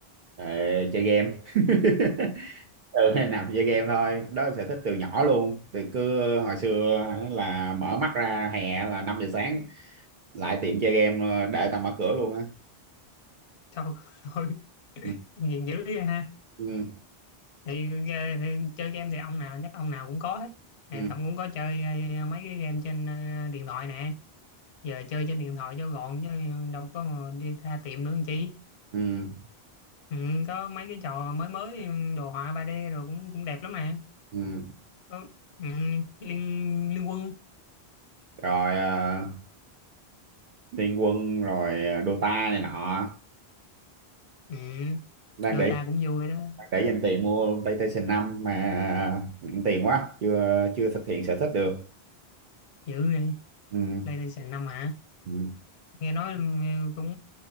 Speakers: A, on the right (about 55°); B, on the left (about 85°).
A: ờ, chơi game <laughs> ừ, nằm chơi game thôi đó là sở thích từ nhỏ luôn từ cứ hồi xưa hả, là mở mắt ra hè là 5 giờ sáng lại tiệm chơi game đợi tao mở cửa luôn á
B: Thôi, <laughs> thôi
A: ừ,
B: nghiền dữ vậy ha.
A: ừ,
B: Thì, ờ, thì chơi game thì ông nào chắc ông nào cũng có hết. Thì
A: ừ,
B: Thậm cũng có chơi ờ, mấy cái game trên ờ, điện thoại nè. Giờ chơi trên điện thoại cho gọn chứ đâu có mà đi ra tiệm nữa làm chi.
A: ừ,
B: Ừ, có mấy cái trò mới mới ừ, đồ họa 3D rồi cũng cũng đẹp lắm nè.
A: ừ.
B: Có- Ừ, liên liên quân.
A: rồi ờ, Liên Quân rồi ờ, Dota này nọ
B: Ừ,
A: đang
B: Dota
A: để
B: cũng vui đó.
A: để dành tiền mua PlayStation 5 mà ờ, nặng tiền quá chưa chưa thực hiện sở thích được
B: Dữ đi.
A: ừ,
B: PlayStation 5 hả?
A: ừ.
B: nghe nói ừ, cũng